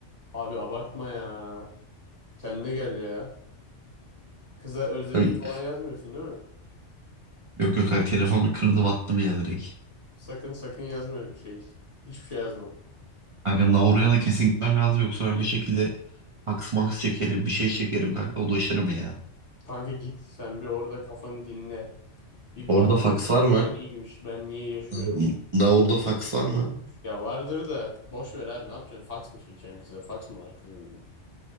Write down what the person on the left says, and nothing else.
Abi abartma ya. Kendine gel ya. Kıza özledim
falan yazmıyorsun değil mi?
Sakın sakın yazma öyle bir şey. Hiçbir şey yazma.
Kanka git sen bir orada kafanı dinle. Bir
bak
dünya
neymiş, ben niye yaşıyorum.
Ya vardır da boş ver abi ne yapacaksın? Fax mı çekeceksin kıza? Fax mı var kızın?